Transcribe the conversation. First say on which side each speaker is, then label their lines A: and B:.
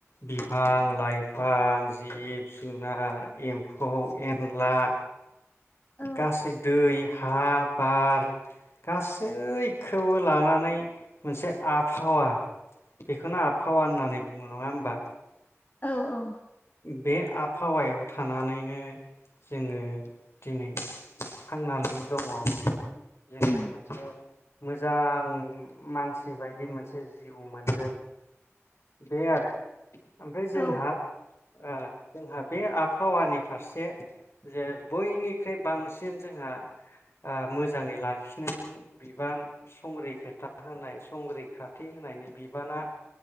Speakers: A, on the left (about 60°); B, on the left (about 40°).
A: बिफां लाइफां जिब जुनार एम्फौ एनला
B: औ
A: गासै दै हा बार गासैखौबो लानानै मोनसे आबहावा बेखौनो आबहावा होननानै बुंङो नंङा होम बा
B: औ औ
A: बे आ बहावायाव थानानैनो जोंङो दिनै थांनानै दंङ जोंङो
B: उम
A: मोनसे मोजां मानसि बायदि मोनसे जिउ मोनदों बे आरो ओमफ्राय जोंहा
B: औ
A: ओ जोंहा बे आबहावानि फारसे जे बयनिख्रुइ बांसिन जोंहा मोजाङै लाखिनायनि बिबान संरैखाथा होनाय संरैखाथि होनायनि बिबाना